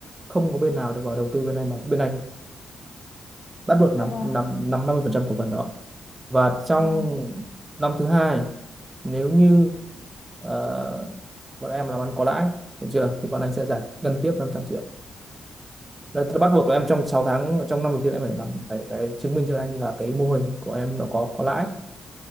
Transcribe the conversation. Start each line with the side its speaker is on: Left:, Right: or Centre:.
Right: không có bên nào được vào đầu tư bên anh mà bên anh bắt buộc nắm
Left: dạ vâng
Right: nắm nắm 50% cổ phần đó và trong
Left: dạ vâng
Right: năm thứ hai nếu như ờ, bọn em làm ăn có lãi được chưa thì bọn anh sẽ giải ngân tiếp năm trăm triệu Đấy, thì bắt buộc của em trong 6 tháng trong năm đầu tiên em phải làm phải, phải chứng minh cho anh là cái mô hình của em nó có có lãi